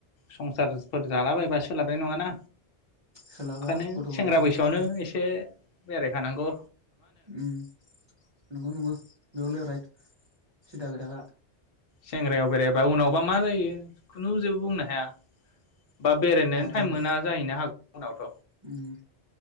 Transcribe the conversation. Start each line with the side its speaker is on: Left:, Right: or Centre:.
Left: संसारफोर जालाबायबा सोलाबनाय नङाना।
Right: सोलाबा
Left: ओखायनो
Right: गथ' गथाय
Left: सेंग्रा
Right: थाबाथ'
Left: बैसोआवनो
Right: आरो
Left: एसे बेराय खानांगौ।
Right: उम नंगौ नंगौ बे हले राइद। सिदा खोथाखा।
Left: सेंग्रायाव बेरायबा उनावबा मा जायो खुनु जेबो बुंनो हाया। बा बेरायनोनो
Right: हायाथ'
Left: टाइम
Right: आरो
Left: मोना जाहैनो हागौ उनावथ'
Right: उम